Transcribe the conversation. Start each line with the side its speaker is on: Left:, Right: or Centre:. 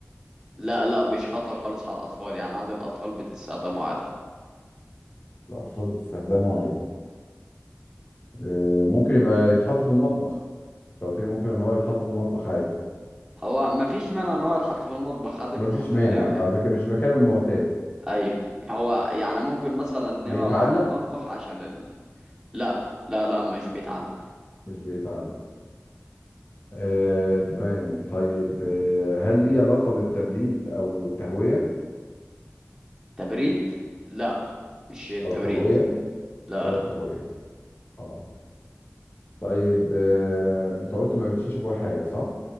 Centre: لا لا مش خطر خالص على الأطفال يعني عادي الأطفال بتستخدمه عادي
Left: الاطفال بتستخدمه عادي آه، ممكن يبقى يتحط في المطبخ أنت قلت لي ممكن ان هو يتحط في المطبخ عادي
Centre: هو مفيش مانع إن هو يتحط في المطبخ عادي
Left: مفيش
Centre: بيتحط
Left: مانع
Centre: في أي مكان
Left: آه، لكن مش مكانه المعتاد
Centre: ايوه هو يعني ممكن مثلا نبعد
Left: بيتعلق
Centre: عن المطبخ عشان ال... لا لا لا مش بيتعلق
Left: مش بيتعلق آه، تمام طيب آه، هل ليه علاقة بالتبريد أو تهوية
Centre: تبريد لا مش التبريد
Left: أو تهوية
Centre: لا
Left: ولا
Centre: لا
Left: تهوية؟ اه طيب آه، أنت قلت ما بيتشالش جواه حاجة صح؟